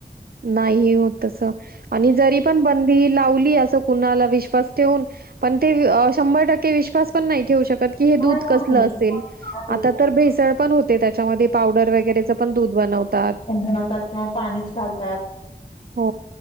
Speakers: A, on the right; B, on the left.
A: नाही होत तस आणि जरी पण बंदी लावली असं कुणाला विश्वास ठेवून पण ते शंभर टक्के विश्वास पण नाही ठेवू शकत हे
B: नाही
A: दध
B: नाही.
A: कस असेल
B: हो.
A: आता
B: हो.
A: भेसळ पण होते त्याच्यामध्ये पावडर वगरे पण द बनवतात
B: बनवतात किंवा पाणीच घालतात
A: हो